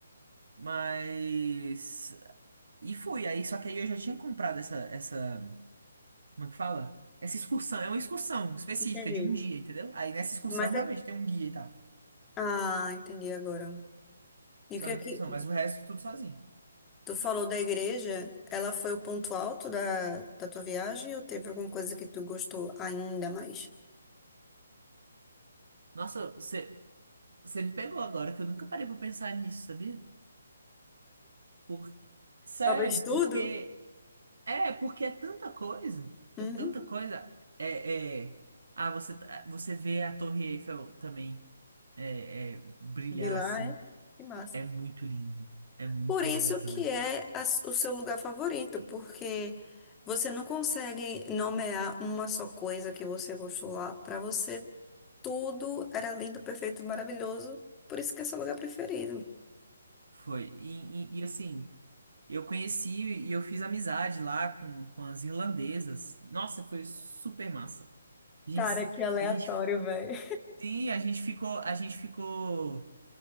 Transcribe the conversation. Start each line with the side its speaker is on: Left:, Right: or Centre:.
Right: Mas. E fui. Aí, só que aí eu já tinha comprado essa, essa. Como é que fala? Essa excursão. É uma excursão específica
Left: Entendi.
Right: de um dia, entendeu? Aí nessa excursão
Left: Mas
Right: realmente
Left: é...
Right: tem um guia e tal.
Left: Ah, entendi agora. E o
Right: Só
Left: que é
Right: nessa
Left: que
Right: excursão. Mas o resto tudo sozinho.
Left: tu falou da igreja? Ela foi o ponto alto da, da tua viagem ou teve alguma coisa que tu gostou ainda mais?
Right: Nossa, você, você me pegou agora, que eu nunca parei pra pensar nisso, sabia? Por... Sério,
Left: Talvez tudo.
Right: porque. É, porque é tanta coisa.
Left: Uhum.
Right: É tanta coisa. É. é... Ah, você, tá- você vê a Torre Eiffel também é, é, brilhar
Left: De lá,
Right: assim.
Left: é? Que massa.
Right: É muito lindo. É muito
Left: Por isso
Right: lindo também.
Left: que é as- o seu lugar favorito, porque você não consegue nomear uma só coisa que você gostou lá. para você, tudo era lindo, perfeito, maravilhoso. Por isso que é seu lugar preferido.
Right: Foi. E, e- e, assim, eu conheci e eu fiz amizade lá com, com as irlandesas. Nossa, foi super massa. A gente,
Left: Cara,
Right: sa-
Left: que aleatório,
Right: a gente,
Left: velho.
Right: sim, a gente ficou, a gente ficou,